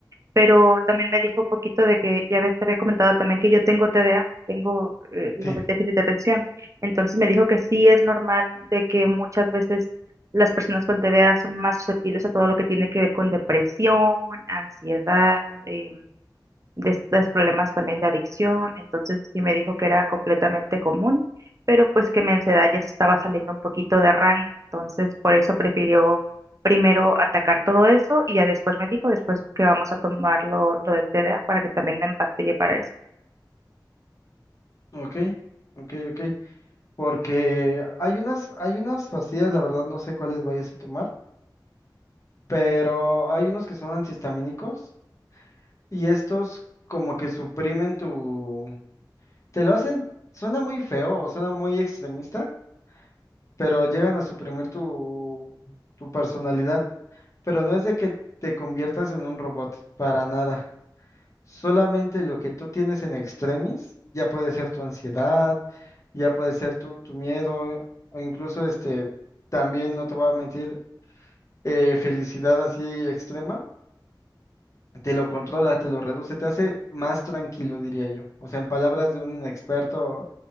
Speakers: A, on the right (about 40°); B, on the left (about 40°).
A: pero también me dijo un poquito de que ya ves, te había comentado también que yo tengo TDA, tengo eh, lo
B: Sí,
A: del déficit de atención. Entonces me dijo que sí es normal de que muchas veces las personas con TDA son más susceptibles a todo lo que tiene que ver con depresión, ansiedad, eh, de estos problemas también de adicción, entonces sí me dijo que era completamente común, pero pues que mi ansiedad ya se estaba saliendo un poquito de rango, entonces por eso prefirió primero atacar todo eso y ya después me dijo, después que vamos a tomar lo, lo del TDA para que también me empastille para eso.
B: ok, ok, ok. Porque hay unas, hay unas pastillas, la verdad no sé cuáles vayas a tomar, pero hay unos que son antihistamínicos y estos como que suprimen tu... Te lo hacen, suena muy feo o suena muy extremista, pero llegan a suprimir tu, tu personalidad. Pero no es de que te conviertas en un robot, para nada. Solamente lo que tú tienes en extremis, ya puede ser tu ansiedad, ya puede ser tu, tu miedo, o incluso este, también no te voy a mentir, eh, felicidad así extrema, te lo controla, te lo reduce, te hace más tranquilo, diría yo. O sea, en palabras de un inexperto